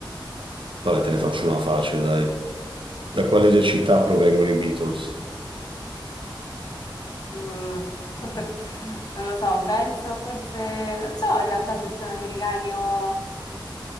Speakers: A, on the right; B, on the left.
A: Vabbè, te ne faccio una facile, dai. Da quale città provengono i Beatles?
B: Mm. <laughs> Non lo so, penso forse... Non so in realtà se sono americani o,